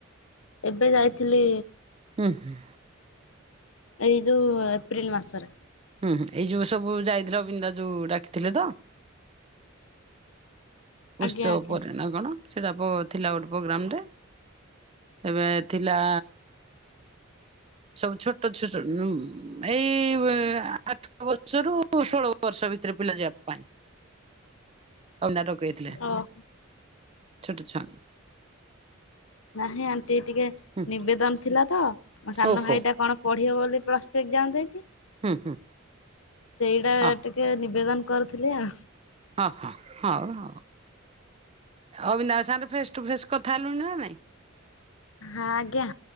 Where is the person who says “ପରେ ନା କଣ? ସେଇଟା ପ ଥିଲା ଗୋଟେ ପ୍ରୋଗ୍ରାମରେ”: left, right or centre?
Right